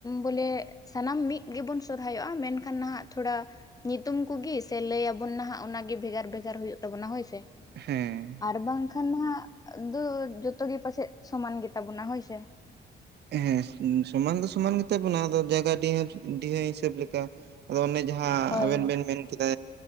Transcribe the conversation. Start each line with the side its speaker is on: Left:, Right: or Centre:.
Left: ᱵᱚᱞᱮ ᱥᱟᱱᱟᱢ ᱢᱤᱫ ᱜᱮᱵᱚᱱ ᱥᱚᱨᱦᱟᱭᱚᱜᱼᱟ ᱢᱮᱱᱠᱷᱟᱱ ᱱᱟᱦᱟᱜ ᱛᱷᱚᱲᱟ ᱧᱩᱛᱩᱢ ᱠᱚᱜᱮ ᱥᱮ ᱞᱟᱹᱭ ᱟᱵᱚᱱ ᱱᱟᱦᱟᱜ ᱚᱱᱟᱜᱤ ᱵᱷᱮᱜᱟᱨ ᱵᱷᱮᱜᱟᱨ ᱦᱩᱭᱩᱜ ᱛᱟᱵᱚᱱᱟ ᱦᱳᱭᱥᱮ
Right: ᱦᱮᱸ
Left: ᱟᱨ ᱵᱟᱝᱠᱷᱟᱱ ᱱᱟᱦᱟᱜ, ᱫᱚ ᱡᱚᱛᱚ ᱜᱮ ᱯᱟᱪᱮᱡ ᱥᱚᱢᱟᱱ ᱜᱮᱛᱟᱵᱚᱱᱟ ᱦᱳᱭᱥᱮ
Right: ᱦᱮᱸ ᱥᱚᱢᱟᱱ ᱫᱚ ᱥᱚᱢᱟᱱ ᱜᱮᱛᱟ ᱵᱚᱱᱟ, ᱟᱫᱚ ᱡᱟᱭᱜᱟ ᱰᱤᱦᱟᱹ, ᱰᱤᱦᱟᱹ ᱦᱤᱥᱟᱹᱵ ᱞᱮᱠᱟ ᱟᱫᱚ ᱚᱱᱮ ᱡᱟᱦᱟᱸᱻ
Left: ᱦᱳᱭ
Right: ᱟᱵᱮᱱ ᱵᱮᱱ ᱢᱮᱱ ᱠᱮᱫᱟ